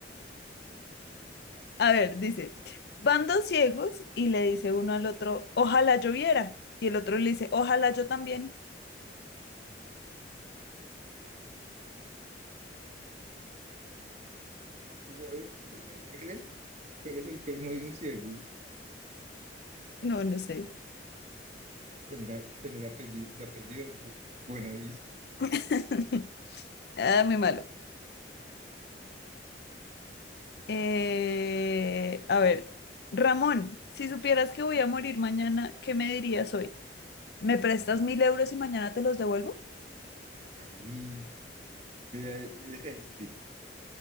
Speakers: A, on the left (about 60°); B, on the right (about 40°).
A: A ver, dice, van dos ciegos y le dice uno al otro, ojalá lloviera. Y el otro le dice, ojalá yo también.
B: <laughs> ¿Tú sabes, tú sabes cuál es? ¿Cuál es el colmo de un ciego?
A: No, no sé.
B: Tener, a- tener apellido, de apellido Bu- Buenavista.
A: <laughs> Ah, muy malo. Eh, a ver, Ramón, si supieras que voy a morir mañana, ¿qué me dirías hoy? ¿Me prestas mil euros y mañana te los devuelvo?
B: Ahí, mira, mira este.